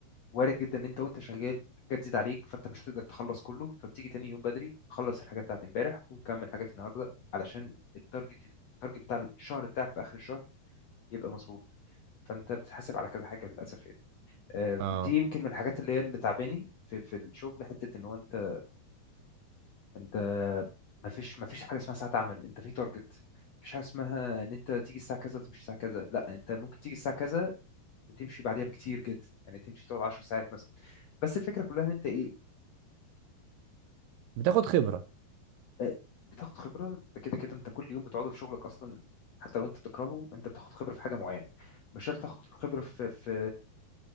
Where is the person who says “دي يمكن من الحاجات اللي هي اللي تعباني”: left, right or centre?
Left